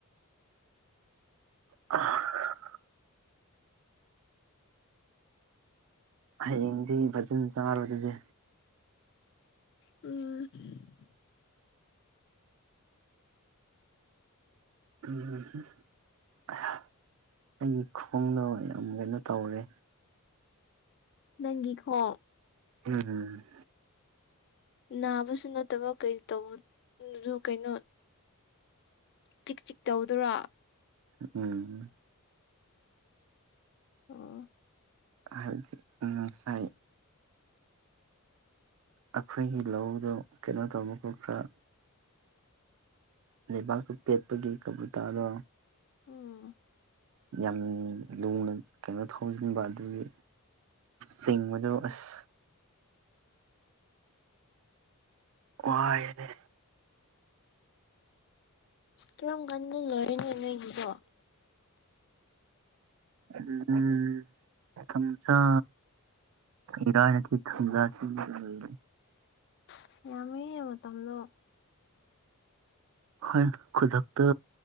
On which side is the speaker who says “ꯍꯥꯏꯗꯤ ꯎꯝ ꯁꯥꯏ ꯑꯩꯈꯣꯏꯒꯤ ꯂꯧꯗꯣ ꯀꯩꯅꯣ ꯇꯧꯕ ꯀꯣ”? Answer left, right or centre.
Right